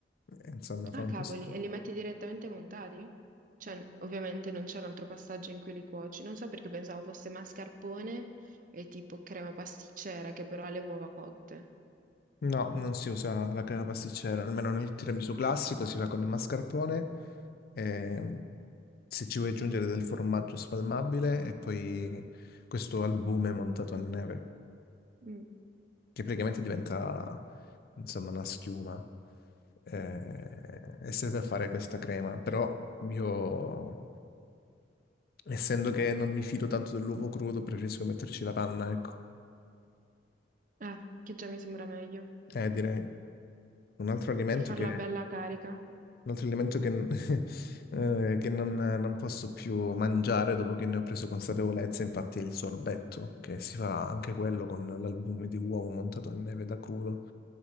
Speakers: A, on the left (about 55°); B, on the right (about 45°).
A: eh, insomma, fa
B: Ah,
A: un
B: cavoli,
A: po' schifo.
B: e li metti direttamente montati? Cioè, ovviamente non c'è un altro passaggio in cui li cuoci. Non so perché pensavo fosse mascarpone e tipo crema pasticcera che però ha le uova cotte.
A: No, non si usa la crema pasticcera, almeno nel tiramisù classico si fa con il mascarpone. ehm, se ci vuoi aggiungere del formaggio spalmabile e poi questo albume montato a neve,
B: Mm.
A: che praticamente diventa, insomma, una schiuma. eh, e serve a fare questa crema, però io Essendo che non mi fido tanto dell'uovo crudo, preferisco metterci la panna, ecco.
B: Eh, che già mi sembra meglio
A: Eh, direi un altro alimento
B: per farla
A: che, un
B: bella carica.
A: altro alimento che, <laughs> eh, che non, non posso più mangiare dopo che ne ho preso consapevolezza, infatti, è il sorbetto, che si fa anche quello con l'albume di uovo montato a neve da crudo.